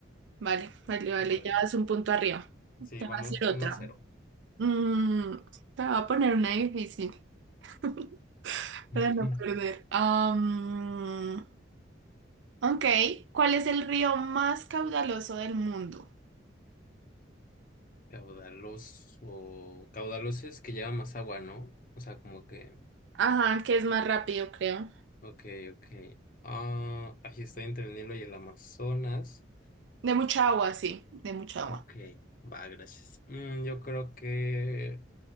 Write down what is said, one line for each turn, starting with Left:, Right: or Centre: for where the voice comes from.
Right: Vale, vale, vale,
Left: Vale.
Right: ya vas un punto arriba.
Left: Sí,
Right: Te
Left: vamos
Right: va a hacer otra.
Left: uno cero
Right: Mm, te voy a poner una difícil <laughs> para
Left: <laughs>
Right: no perder. Am, ok, ¿cuál es el río más caudaloso del mundo?
Left: Caudaloso. Caudaloso es que lleva más agua, ¿no? O sea, como que.
Right: Ajá, que es más rápido, creo.
Left: Ok, ok. Ah, ahí estoy entre el Nilo y el Amazonas.
Right: De mucha agua, sí, de mucha agua.
Left: Ok, va, gracias. Mm, yo creo que